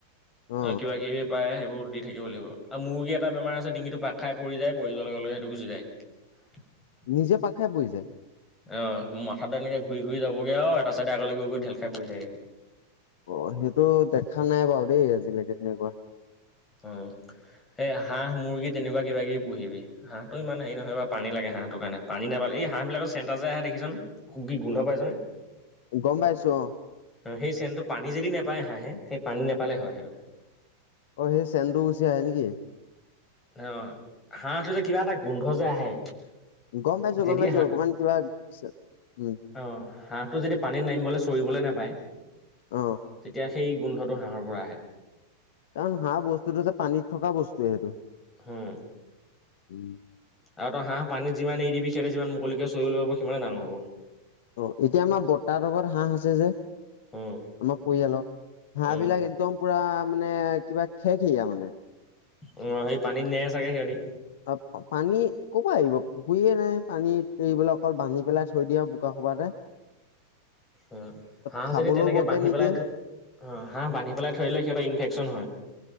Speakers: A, on the left; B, on the left.
A: অ
B: আৰু কিবা কিবি- পায়ে সেইবোৰ দি থাকিব লাগিব। আৰু মুৰ্গী এটা বেমাৰ আছে ডিঙিটো পাক খাই পৰি যায় পৰি যোৱাৰ লগে সেইটো গুচি যায়। <inaudible>
A: নিজে পাক খাই পৰি যায়।
B: অ' মাথাতো এনেকে ঘূৰি ঘূৰি যাবগে আৰু এটা চাইডে আগলে গৈ গৈ ঢেল খাই পৰিযাইগে।
A: অ' সেইটো দেখা নাই বাৰু দেই আজিলেকে তেনেকুৱা।
B: উম এহ হাঁহ মুৰ্গী তেনেকুৱা কিবা কিবি পুহিবি। হাঁহটো ইমান হেই নহয় বাও পানী লাগে হাঁহটোৰ কাৰণে পানী নেপা- এই হাঁহ বিলাকৰ চেণ্ন্তা যে আহে দেখিছানে খু কি গোন্ধ পাইছনে।
A: গম পাইছো, অঁ'
B: অঁ' সেই চেনটো পানী যদি নাপায় হাঁহে সেই পানী নাপালে হয় সেটো।
A: অ' সেই চেন্দু গুচি আহে নেকি।
B: অঁ, হাঁহটো যে কিবা এটা গোন্ধ যে আহে-
A: গম পাইছো
B: যদি
A: গম পাইছো, অকমান কিবা আছে, উম'।
B: অঁ' হাঁহটো যদি পানীত নামিবলে চৰিবলৈ নাপায়,
A: অ
B: তেতিয়া- সেই গোন্ধটো হাঁহৰ পৰা আহে।
A: কাৰণ হাঁ বস্তুটো যে পানীত থকা বস্তুৱে সেইটো।
B: হুম'
A: উম'।
B: আৰু তই হাঁহ পানীত যিমান এৰি দিবি যিমান মুকলিকে চৰিবলৈ পাব সিমানে ডাঙৰ হ'ব।
A: অঁ' এতিয়া আমাৰ বততা হ'তৰ ঘৰত হাঁহ আছে যে।
B: উম
A: আমা পৰিয়ালৰ হাঁহ
B: উম
A: বিলাক একদম পুৰা মানে কিবা খেকেয়া মানে।
B: উম' অঁ, সেই পানীত নেৰে চাগে সিহঁতি।
A: অঁ, পানী কপা আহিব? পুখুৰীয়ে নাই পানীত এৰিবলে অকল বান্ধি পেলাই থৈ দিয়ে আৰু বোকা সোবাতে।
B: উম' হাঁহ
A: খাবলৈও
B: যদি তেনেকে
A: বৰকে
B: বান্ধি
A: নিদিয়ে
B: পেলাই থৈ অঁ হাঁহ বান্ধি পেলাই থৈদিলে সিহঁতৰ ইনফেকচন হয়।